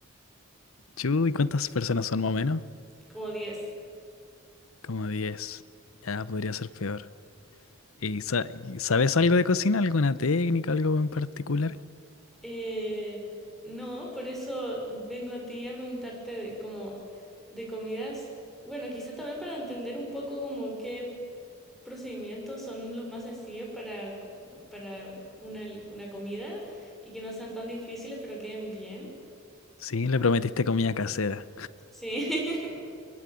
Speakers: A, on the left; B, in the centre.
A: Chu, ¿Y ¿cuántas personas son más o menos?
B: como diez.
A: Como 10. Ya podría ser peor. ¿Y, sa- y sabes algo de cocina? ¿Alguna técnica, algo en particular?
B: Eh, no, por eso vengo a ti a preguntarte de, como de comidas, bueno, quizás también para entender un poco como qué procedimientos son los más sencillos para, co- para una, una comida y que no sean tan difíciles, pero queden bien.
A: Sí, le prometiste comida casera.
B: Sí. <laughs>